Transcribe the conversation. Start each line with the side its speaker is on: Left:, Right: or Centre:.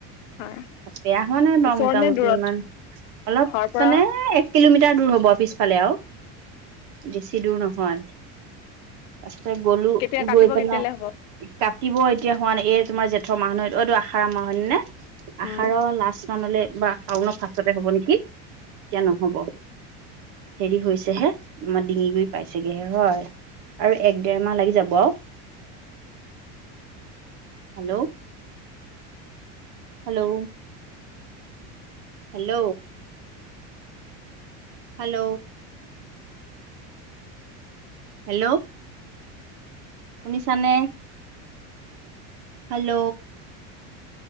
Left: হয়
Right: বেয়া হোৱা নাই বাৰু
Left: ওচৰত
Right: মোটামুটি
Left: নে দূৰত
Right: ইমান। অলপ
Left: ঘৰৰ পৰা
Right: মানে এক কিলোমিটাৰ দূৰ হ'ব আৰু পিছফালে আও। দূৰ নহয় তাৰপিছতে গলো
Left: কেতিয়া কাটিব
Right: গৈ পেলাই
Left: কেতিয়ালৈ হ'ব
Right: কাটিব। এতিয়া হোৱা নাই এই তোমাৰ জেঠৰ মাহ এইটো আহাৰৰ মাহ হয়নে আহাৰৰ
Left: উম
Right: লাষ্ট। <unintelligible> বা শাউনৰ ফাতে হ'ব নেকি? এতিয়া নহ'ব। হেৰি হৈছেহে আমাৰ ডিঙি গুৰি পাইছেগেহে হয়। আৰু এক দেৰ মাহ লাগি যাব আও। Hello hello. Hello. Hello. Hello. শুনি চানে! হেল্ল'।